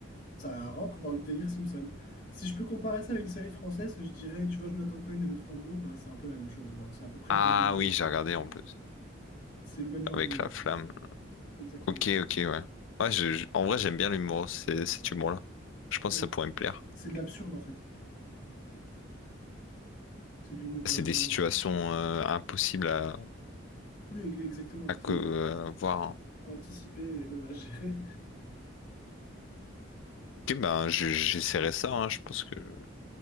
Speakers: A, on the left (about 45°); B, on the left (about 75°).
A: Ça rentre dans le délire Simpson. Si je peux comparer ça à une série française, je dirais, tu vois, Jonathan Cohen et Le Flambeau, bah, c'est un peu la même chose. Genre, c'est à peu près
B: Ah
A: le même humour.
B: oui, j'ai regardé en plus,
A: C'est le même genre
B: avec
A: d'humour.
B: la flamme.
A: Exactement.
B: Ok, ok, ouais. Ouais, je- je- en vrai, j'aime bien l'humour, c'est- cet humour-là. Je pense
A: Bah,
B: que ça pourrait me plaire.
A: c'est de l'absurde, en fait. C'est de l'humour.
B: C'est
A: euh,
B: des situations euh, impossibles à,
A: Oui, ex- exactement.
B: à co-
A: C'est exact.
B: euh, voir. hein.
A: À Anticiper et même à gérer.
B: Ok, ben, je- j'essaierai ça, hein. Je pense que